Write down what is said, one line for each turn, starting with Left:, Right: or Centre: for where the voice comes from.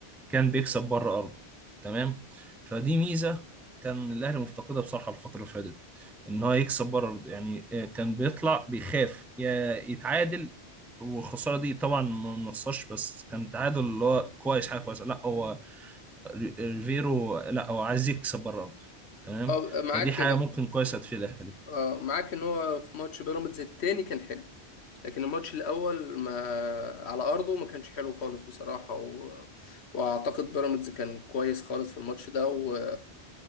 Centre: كان بيكسب بره ارضه تمام فدي ميزه كان الاهلي مفتقدها بصراحه الفتره اللي فاتت ان هو يكسب بره ارضه يعني آه، كان بيطلع بيخاف يا يتعادل والخساره دي طبعا ما بنخسرش بس كان تعادل اللي هو كويس حاجه كويسه لا هو ري- ريفيرو لا هو عايز يكسب بره ارضه تمام
Left: اه معاك
Centre: فدي حاجه ممكن كويسه تفيد الاهلي
Left: اه معاك ان هو في ماتش بيراميدز التاني كان حلو لكن الماتش الاول ما على ارضه ما كانش حلو خالص بصراحة و... واعتقد بيراميدز كان كويس خالص في الماتش ده و...